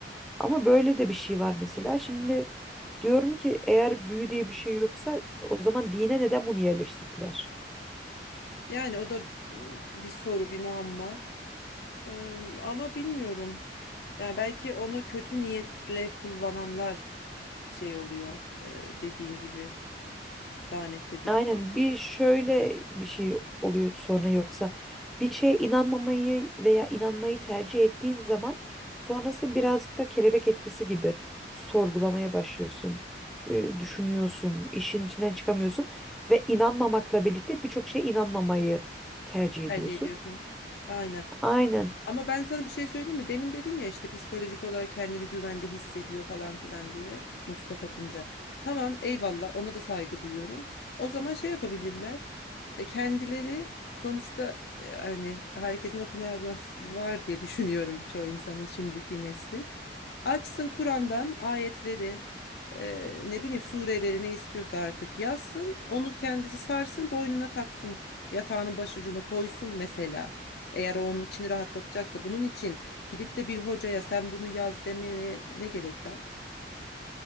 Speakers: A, in the centre; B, on the left.
A: Ama böyle de bir şey var mesela. Şimdi diyorum ki eğer büyü diye bir şey yoksa o zaman dine neden bunu yerleştirdiler?
B: Yani o da m, bir soru, bir muamma. Eee, ama bilmiyorum. Yani belki onu kötü niyetle kullananlar şey oluyor. eee, dediğin gibi lanetlidir
A: Aynen
B: falan
A: bir
B: diyor.
A: şöyle bir şey oluyor sonra yoksa bir şeye inanmamayı veya inanmayı tercih ettiğin zaman sonrası birazcık da kelebek etkisi gibi sorgulamaya başlıyorsun, e, düşünüyorsun, işin içinden çıkamıyorsun ve inanmamakla birlikte birçok şeye inanmamayı tercih ediyorsun.
B: Tercih ediyorsun. Aynen.
A: Aynen,
B: Ama ben sana bir şey söyleyeyim mi? Demin dedin ya işte psikolojik olarak kendini güvende hissediyor falan filan diye muska takınca. Tamam eyvallah ona da saygı duyuyorum. O zaman şey yapabilirler. E, Kendileri sonuçta e, hani herkesin okuma yazması var diye <laughs> düşünüyorum birçok insanın şimdiki neslin. Açsın Kur'an'dan ayetleri e, ne bileyim sureleri ne istiyorsa artık yazsın. Onu kendisi sarsın boynuna taksın. Yatağının başucuna koysun mesela. Eğer o onun içini rahatlatacaksa bunun için gidip de bir hocaya sen bunu yaz demeye ne gerek var?